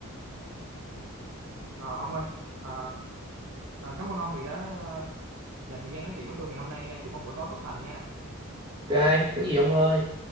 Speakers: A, on the right; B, on the right.
A: Ờ, ông ơi à, à, cảm ơn ông vì đã dành thời gian nói chuyện với tôi ngày hôm nay nha chúc ông buổi tối tốt lành nha
B: ok có gì ông ơi